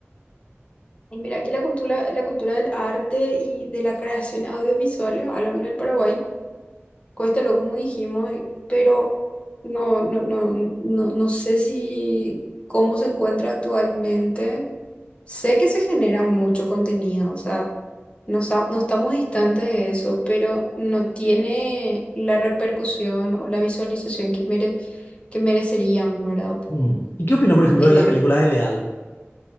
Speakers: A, on the left (about 25°); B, on the left (about 50°).
A: Y mira, aquí la cultura, la cultura del arte y de la creación audiovisual es algo que en el Paraguay cuesta lo como dijimos, eh, pero no, no, no, no, no sé si cómo se encuentra actualmente. Sé que se genera mucho contenido, o sea, no, sa- no estamos distantes de eso, pero no tiene la repercusión o la visualización que mere- que merecerían, ¿verdad?
B: Mm. ¿Y qué opinas, por ejemplo,
A: Eh,
B: de las películas de Leal?